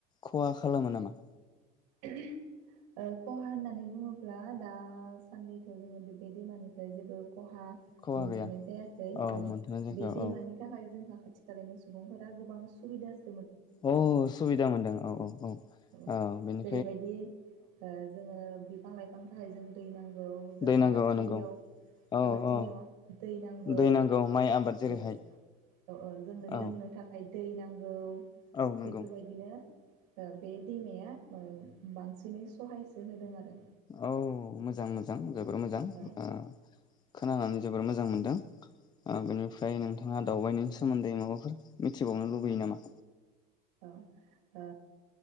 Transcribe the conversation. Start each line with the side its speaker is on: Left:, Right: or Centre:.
Left: खहा खालामो नामा?
Right: ओ खहा होननानै बुङोब्ला दा सान्दैथ' जोङो बेब बे दैमानिफ्राय जेबो खहा
Left: खहा
Right: मोनथ'नाय
Left: गैया
Right: जायाखै औ
Left: मोनथाम जायगा
Right: बे दैमानि
Left: औ
Right: थाखाय जोंहा खाथिखालानि सुबुंफोरा गोबां सुबिदास
Left: अ सुबिदा मोनदों औ औ औ ओ
Right: औ
Left: बेनि
Right: जेरैबायदि ओ जोङो बिफां लाइफांनि थाखाय जों दै नां औ जों
Left: दै नांगौ
Right: आबादलियाव
Left: औ नंगौ औ
Right: आबादथिलियाव
Left: औ
Right: दै नांगौ
Left: दै माइ आबाद जेरैहाय
Right: औ ओ ओ जोंनो
Left: औ
Right: लोंनो थाखाय दै नांगौ
Left: औ नंगौ
Right: बेफोरबायदिनो ओ बे दैमाया ओ बांसिनै सहायसो होदों आरो
Left: औ मोजां मोजां जोबोर मोजां
Right: औ
Left: ओ खोनानानै जोबोर मोजां मोनदों आ बेनिफ्राय नोंथाङा दावबायनि सोमोन्दै माबाफोर मिथिबावनो लुबैयो नामा?
Right: औ ओ